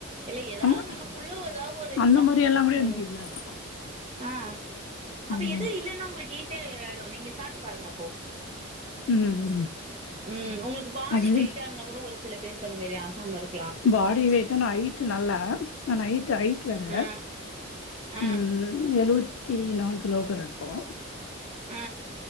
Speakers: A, on the right; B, on the left.
A: இல்ல ஏதாவது
B: அந்த
A: நமக்குள்ள ஏதாவது ஒரு இதுதான்
B: அந்த மாரி எல்லா கூட
A: ம்ம்
B: எனக்கு இல்ல ஆனா
A: அ அப்ப
B: ம்
A: எதுவும் இல்லன்னா உங்களுக்கு சரிஆய்டும் நீங்க சாப்பிட்டு பாருங்க அப்போ
B: ம் ம்
A: உம் உங்களுக்கு பாடி
B: அது
A: வெயிட்ட இருந்தா கூட ஒரு சில பேரு <unintelligible> மேரியா அமருக்
B: பாடி வெயிட்ட நா ஹைட்டு நல்லா நா ஹைட்டு ஹைட் டு வேற
A: ஆ ஆ
B: ம்ம் எழுவத்தி நான்கு லோகறப்போ
A: ஆ